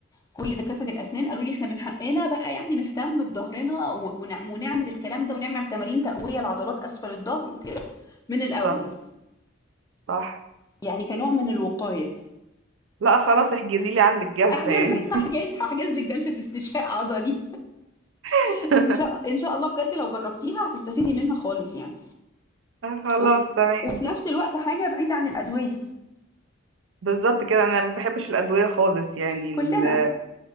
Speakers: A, on the left; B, on the right.
A: كل دكاترة الأسنان قالوا لي: "إحنا من حقنا بقى يعني نهتم بضهرنا و ون ونعمل الكلام ده ونعمل تمارين تقوية لعضلات أسفل الضهر وكده من الأول."
B: بالظبط صح
A: يعني كنوع من الوقاية.
B: لا خلاص احجزي لي عندك جلسه
A: احجز
B: يعني
A: لي <laughs> هاحجل هاحجز لِك جلسة استشفاء عضلي
B: <laughs>
A: <laughs> إن شاء إن شاء الله بجد لو جرّبتيها هتستفيدي منها خالص يعني،
B: خلاص
A: وف
B: تمام
A: وفي نفس الوقت حاجة بعيدة عن الأدوية،
B: بالظبط كده انا ما بحبش الادويه خالص يعني
A: كلّنا
B: ال...